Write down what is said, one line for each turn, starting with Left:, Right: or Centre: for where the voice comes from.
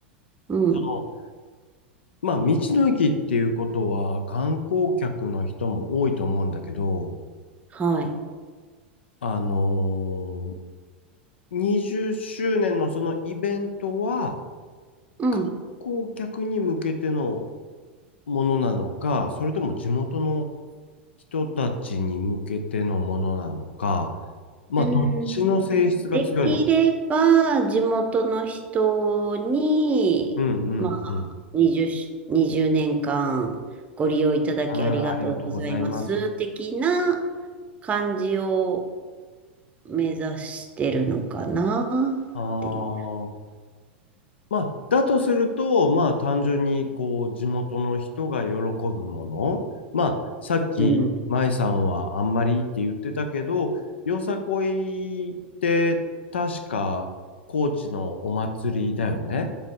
Right: う、うん、
Left: そのまあ、道の駅っていうことは観光客の人も多いと思うんだけど、
Right: はい、
Left: あのー20周年のそのイベントは、
Right: うん。
Left: 観光客に向けてのものなのか、それとも地元の人たちに向けてのものなのか、まあ、
Right: うん。
Left: どっちの性質が強いのか。
Right: できれば、地元の人に、
Left: うんうんうん。
Right: まあ、20、20年間ご利用いただきありがとうございます、
Left: うん、ありがとうございます。
Right: 的な感じを目指してるのかな、
Left: ああ、
Right: ってい
Left: まあ、だとすると、まあ、単純に、こう、地元の人が喜ぶもの。まあ、さっき、
Right: う。うん、
Left: 舞さんはあんまりって言ってたけど、よさこいって、確か、高知のお祭りだよね。